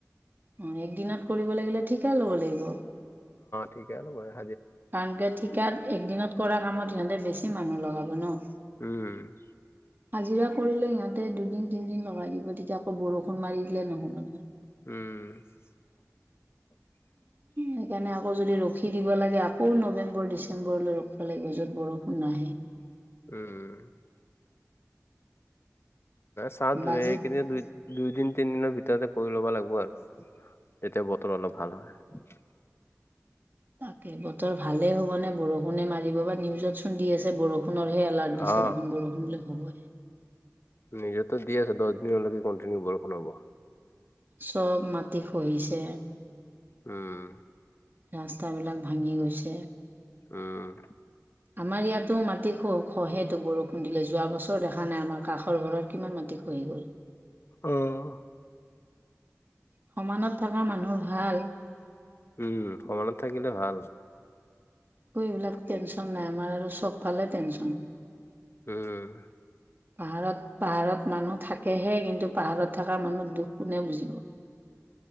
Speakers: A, on the right; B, on the left.
A: অ একদিনত কৰিব লাগিলে ঠিকে ল'ব লাগিব
B: ঠিকে আৰু <unintelligible>
A: কাৰণ কিয় ঠিকাত একদিনত কৰা কামত সিহঁতে বেছি মানুহ লগাব ন
B: উম
A: হাজিৰা কৰিলে ইিহঁতে দুদিন তিনদিন লগাই দিব তেতিয়া আকৌ বৰষুণ মাৰি দিলে নহ'ব মানহে
B: উম <unintelligible>
A: সেইকাৰণে আকৌ যদি ৰখি দিব লাগে আকৌ নৱেম্বৰ ডিচেম্বৰলৈ ৰখিব লাগিব যত বৰষুণ নাহে
B: উম উম চা
A: বাজেট
B: এইক দুই দুইদিন তিনিদিনৰ ভিতৰতে কৰি ল'বা লাগিব আৰু এতিয়া বতৰ অলপ ভাল হয়
A: তাকে বতৰ ভালেই হ'ব নে বৰষুণে মাৰিব বা নিউজত চুধি আছে বৰষুণ সোনৰহে এলাৰ্ট দিছে
B: অ
A: দেখোন বৰষুণলে হব
B: নিজেতো দিয় আছে দহ দিনলৈকে কন্টিনিউ বৰষুণ হব
A: চব মাটি খহিছে
B: উম
A: ৰাস্তা বিলাক ভাঙি গৈছে
B: উম
A: আমাৰ ইয়াতো মাটি খো খহেতো বৰষুণ দিলে যোৱা বছৰ দেখা নাই আমাৰ কাষৰ ঘৰত কিমান মাটি খ হৈ গ'ল
B: আহ
A: সমানত থকা মানুহ ভাল
B: উম সমানত থাকিলে ভাল
A: একো এইবিলাক টেনশন নাই আমাৰ আৰু চবফালে টেনচন
B: উম
A: পাহাৰত পাহাৰত মানুহ থাকেহে কিন্তু পাহাৰত থকা মানুহ দুখ কোনে বুজিব